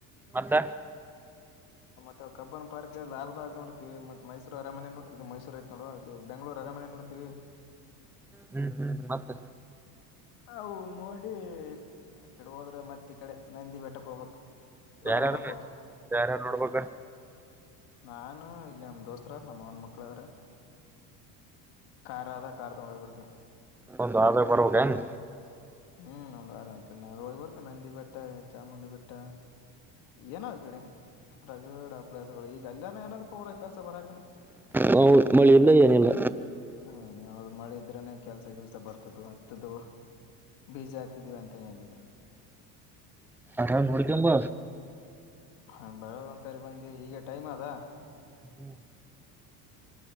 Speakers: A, in the centre; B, on the left.
A: ಮತ್ತ
B: ಇ ಕಬ್ಬನ್ ಪಾರ್ಕ್ ಲಾಲಬಾಗ್ ನೋಡತಿವಿ ಮೈಸೂರು ಅರಮನೆ ಇದು ಮೈಸೂರು ಐತೋ ಇದು ಬೆಂಗಳೂರು ಅರಮನೆ ನೋಡತೀವಿ
A: ಹ್ಮ್ ಹ್ಮ್ ಮತ್ತೆ
B: ಅವು ನೋಡಿ ಈ ಕಡೆ ಹೋದ್ರೆ ಮತ್ ಈ ಕಡೆ ನಂದಿ ಬೆಟ್ಟಕ್ ಹೋಗ್ಬೇಕಕ್ ದೊಡ್ಡಬಳ್ಳಾಪುರ್
A: ಯಾರ್ಯಾರ ಯಾರ್ಯಾರ ನೋಡ್ಬೇಕ
B: ನಾ ಇಲ್ಲಿ ನಮ್ಮ್ ದೋಸ್ತತ್ರ ನಮ್ಮ್ ಅವನ ಮಕ್ಳ್ರ ಕಾರ್ ಅದ ಕಾರ್ ತೊಡು ಹೋಗ್ಬಿಡ್ತ
A: ಒಂದು ಆ ಬರ್ಗನ್
B: ಹ್ಮ್ ಒಂದು ವಾರ ಹೋಗಿ ಬರ್ತೆ ನಂದಿ ಬೆಟ್ಟ ಚಾಮುಂಡಿ ಬೆಟ್ಟ ಏನೋ ಈ ಕಡೆ ರಗಡ ಪ್ಲೇಸಗಳು ಈಗ ಅಲ್ಲಯನ ಏನಾದ ಪೂರ ಕೆಲ್ಸ ಬರಕ
A: ಹ ಮಳಿ ಇಲ್ಲ ಏನಿಲ್ಲ
B: ಹ್ಮ್ ಯಾವ್ದ ಮಳೆ ಇದ್ರನೆ <unintelligible> ಕೆಲ್ಸ ಕೆಲ್ಸ ಬರ್ತದ ಹತ್ತದದು ಬೀಜಿ ಆಕ್ತಿದ್ದೀವಿ ಅಂತಾನೇ ಏನೆಲ್ಲ
A: ಆರಾಮ್ ನೋಡ್ಕಂಬ
B: ಹ ಬರೋದ ಒಂದ್ಸರಿ ಬಂದೀವಿ ಈಗ ಟೈಮ್ ಅದ
A: ಹ್ಮ್